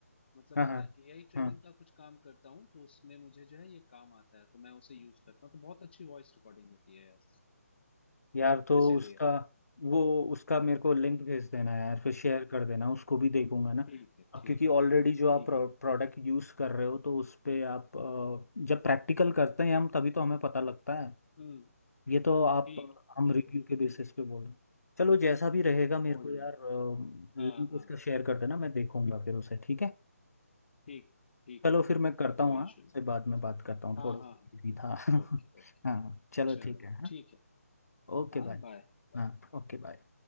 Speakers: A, on the left (about 40°); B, on the left (about 75°).
A: मतलब
B: हाँ
A: है
B: हाँ
A: ना एआई ट्रेनिंग
B: हाँ
A: का कुछ काम करता हूँ तो उसमें मुझे जो है ये काम आता है तो मैं उसे यूज करता हूँ तो बहुत अच्छी वॉइस रिकॉर्डिंग होती है यार
B: यार तो
A: इसीलिए
B: उसका वो उसका मेरे को लिंक भेज देना यार फिर शेयर कर देना उसको भी देखूंगा ना
A: ठीक है ठीक
B: अब क्योंकि ऑलरेडी
A: है
B: जो आप
A: ठीक है
B: प्रोडक्ट यूज़ कर रहे हो तो उस पे आप अ, जब प्रैक्टिकल करते हैं हम तभी तो हमें पता लगता है
A: हम्म
B: ये तो आप
A: ठीक है
B: हम
A: ठीक
B: रिव्यू
A: है
B: के बेसिस पे बोल रहे हैं चलो जैसा भी रहेगा मेरे
A: कोई
B: को
A: नहीं
B: यार
A: हाँ
B: लिंक
A: हाँ
B: उसका शेयर कर देना मैं देखूंगा फिर उसे ठीक है
A: ठीक ठीक
B: चलो
A: है ठीक
B: फिर मैं
A: है
B: करता
A: कोई
B: हूँ हाँ
A: इशू नहीं
B: उससे बाद में
A: चलो
B: बात करता हूँ
A: हाँ
B: थोड़ा
A: हाँ
B: सा
A: हाँ
B: busy था <laughs>
A: Okay okay
B: हाँ चलो
A: चलो
B: ठीक है हाँ
A: ठीक है
B: ओके
A: हाँ
B: बाय
A: बाय बाय
B: हाँ ओके बाय